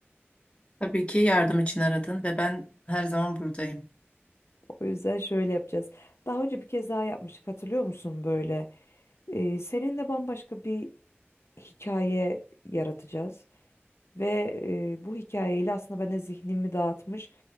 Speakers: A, on the left; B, on the left.
A: Tabii ki yardım için aradın ve ben her zaman buradayım.
B: O yüzden şöyle yapacağız. Daha önce bir kez daha yapmıştık hatırlıyor musun böyle? Ee, seninle bambaşka bir hikaye yaratacağız. Ve e, bu hikayeyle aslında ben de zihnimi dağıtmış